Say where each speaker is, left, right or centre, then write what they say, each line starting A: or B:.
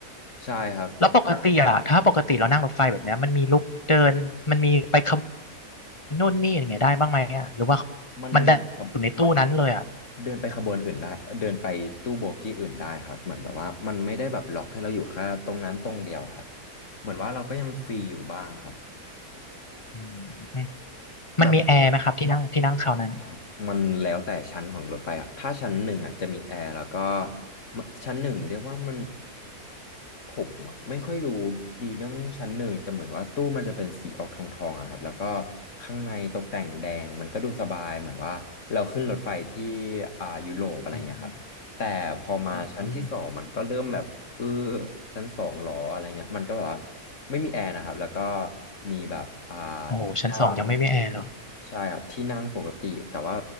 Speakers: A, on the left; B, on the left.
A: ใช่ครับ
B: แล้วปกติอ่ะถ้าปกติเรานั่งรถไฟแบบเนี้ยมันมีลุกเดินมันมีไปขบวนนู่นนี่อะไรเงี้ยได้บ้างไหมอ่ะหรือว่า
A: มันเดินครับ
B: มันได้อยู่ในตู้นั้นเลยอ่ะ
A: เดินไปขบวนอื่นได้เดินไปตู้โบกี้อื่นได้ครับเหมือนแบบว่ามันไม่ได้แบบหลอกให้เราอยู่แค่ตรงนั้นตรงเดียวครับเหมือนว่าเราก็ยังฟรีอยู่บ้างครับ
B: อืมอืมมันมีแอร์ไหมครับที่นั่งที่นั่งคราวนั้น
A: แบบ อ่ามันแล้วแต่ชั้นของรถไฟอ่ะถ้าชั้นหนึ่งอ่ะจะมีแอร์แล้วก็มันชั้นหนึ่งเรียกว่ามันผมอ่ะไม่ค่อยรู้ดีเรื่องชั้นหนึ่งแต่เหมือนว่าตู้มันจะเป็นสีออกทองทองอะครับแล้วก็ข้างในตกแต่งแดงมันก็ดูสบายเหมือนว่าเราขึ้นรถไฟที่อ่ายุโรปอะไรเงี้ยครับแต่พอมาชั้นที่สองมันก็เริ่มแบบเออ
B: อืมอืม
A: ชั้นสองหรออะไรเงี้ยมันก็แบบว่าไม่มีแอร์นะครับแล้วก็มีแบบอ่า
B: โอ้โหชั้นสองยังไม่มีแอร์เหรอ
A: ที่นั่ง ใช่ครับที่นั่งปกติแต่ว่า